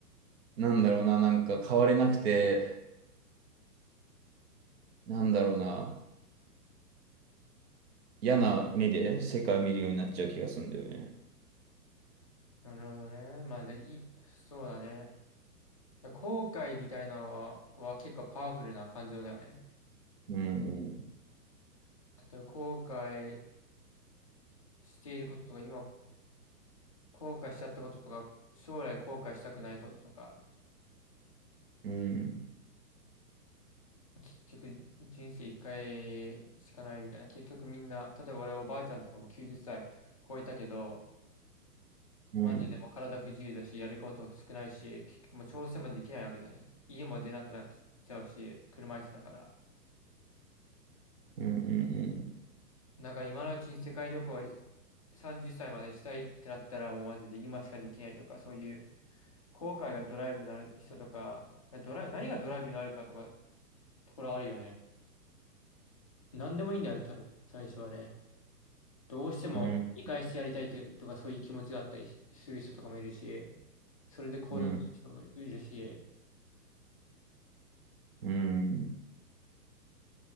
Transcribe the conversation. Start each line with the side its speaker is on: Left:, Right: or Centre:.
Right: なんだろうな、なんか変われなくて、なんだろうな、嫌な目で世界見るようになっちゃう気がするんだよね。
Left: なるほどね。まあ、で、い、そうだね。だ後悔みたいなのは、は結構パワフルな感情だよね。
Right: うん、
Left: 例えば後悔していることとか、今後悔しちゃったこととか、将来後悔したくないこととか、
Right: うん、うん、
Left: 結局人生一回しかないみたいな。結局みんな、例えば俺おばあちゃんとかも90歳超えたけど、
Right: うん、
Left: マジでもう体不自由だし、やること少ないし、結局もう調整もできないわけだね。家も出なくなっちゃうし、車椅子だから。
Right: うん、うん、
Left: だから今のうちに世界旅行30歳までしたいってなったらもうマジで今しかできないとか、そういう後悔がドライブになる人とか、ドライ、何がドライブになるかとか、ところあるよね。何でもいいんだよね、多分、最初はね。どうしても見返してやりたいというとか、
Right: うん、
Left: そういう気持ちがあったりする人とかもいるし、それで行動する人もいるし、
Right: うん、うん、